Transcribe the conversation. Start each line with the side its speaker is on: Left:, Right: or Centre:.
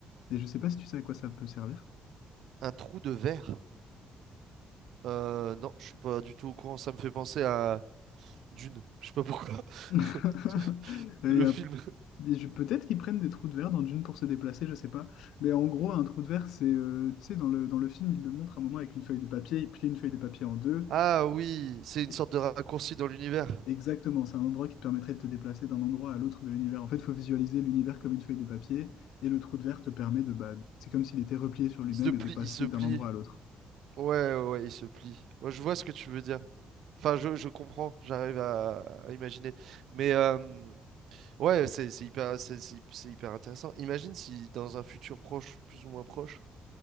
Left: Et je sais pas si tu sais à quoi ça peut servir.
Right: Un trou de verre? Euh, non, je suis pas du tout au courant. Ça me fait penser à Dune. Je sais pas pourquoi.
Left: <laughs> Et
Right: <laughs>
Left: Il
Right: Le
Left: y a-
Right: film.
Left: et je- Peut-être qu'ils prennent des trous de verre dans Dune pour se déplacer, je sais pas. Mais en gros, un trou de verre, c'est, euh, tu sais, dans le, dans le film, il le montre à un moment avec une feuille de papier, il plie une feuille de papier en deux.
Right: Ah oui, c'est une
Left: Et-
Right: sorte de raccourci dans l'univers.
Left: Exactement, c'est un endroit qui te permettrait de te déplacer d'un endroit à l'autre de l'univers. En fait, il faut visualiser l'univers comme une feuille de papier, et le trou de verre te permet de, bah, c'est comme s'il était replié sur lui-même
Right: Il se plie,
Left: et de passer
Right: il se plie.
Left: d'un endroit à l'autre.
Right: Ouais, ouais, ouais, il se plie. Ouais, je vois ce que tu veux dire. Enfin, je, je comprends, j'arrive à, à imaginer. Mais euh, ouais, c'est c'est hyper, c'est c'est hy- c'est hyper intéressant. Imagine si dans un futur proche, plus ou moins proche,